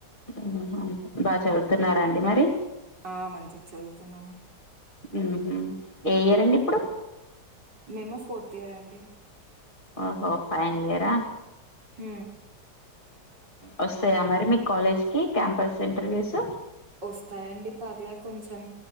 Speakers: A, on the left; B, on the right.
A: ఆహా బాగా చదువుతున్నారండి మరి
B: ఆ మంచిగ్ చదువుతున్నాము
A: ఉహుం ఏ ఇయరండి ఇప్పుడు
B: మేమ ఫోర్త్ ఇయర్ అండి
A: ఓహో ఫైనల్ ఇయరా
B: హ
A: వస్తాయా మరి మీ కాలేజ్ కి క్యాంపస్ ఇంటర్వ్యూస్
B: వస్తాయండి పర్లే కొంచెం